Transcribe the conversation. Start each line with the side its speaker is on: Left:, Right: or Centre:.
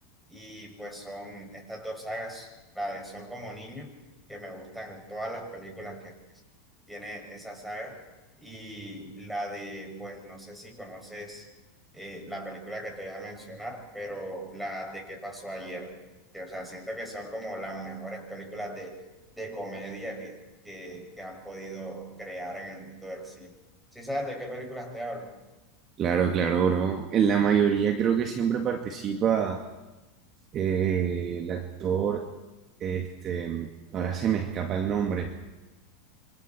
Centre: Y pues son estas dos sagas, la de Son como niños, que me gustan todas las películas que, pues, tiene esa saga. Y la de, pues no sé si conoces eh, la película que te voy a mencionar, pero la de qué pasó ayer, que o sea, siento que son como las mejores películas de, de comedia que, que, que han podido crear en el mundo del cine. ¿Sí sabes de qué películas te hablo?
Right: Claro, claro, bro. En la mayoría creo que siempre participa eh, el actor, este, ahora se me escapa el nombre.